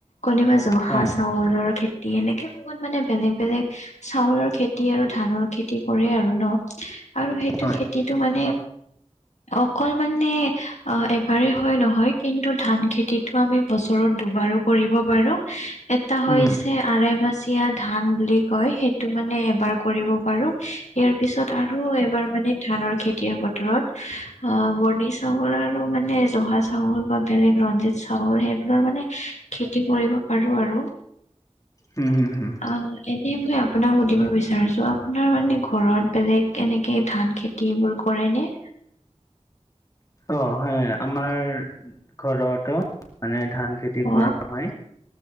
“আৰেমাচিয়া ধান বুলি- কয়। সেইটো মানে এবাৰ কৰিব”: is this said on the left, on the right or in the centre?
Left